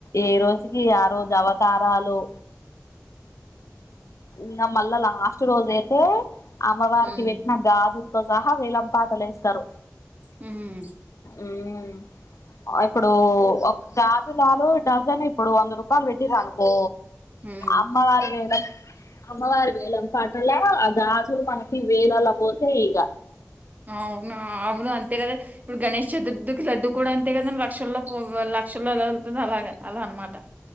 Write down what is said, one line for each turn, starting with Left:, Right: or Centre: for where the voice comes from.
Left: ఏ రోజుకి ఆ రోజు అవతారాలు ఇంకా మళ్ళా లాస్ట్ రోజు అయితే అమ్మవారికి
Right: హ్మ్
Left: పెట్టిన గాజులతో సహా వేలం పాటలు వేస్తారు
Right: హమ్
Left: ఉమ్ ఇప్పుడు ఒక గాజులాలు డజన్ ఇప్పుడు వంద రూపాయలు పెట్టిరు అనుకో
Right: హ్మ్
Left: అమ్మవారు వేలం అమ్మవారు వేలం పాటలో అ గాజులు మనకి వేలలో పోతాయి ఇక
Right: అవునా అవును అంతే కదా ఇప్పుడు గణేష్ చతుర్థికి లడ్డు కూడా అంతే కదా లక్షల్లో పో లక్షలో ఎలా వెల్తుందో అలాగ అలా అన్నమాట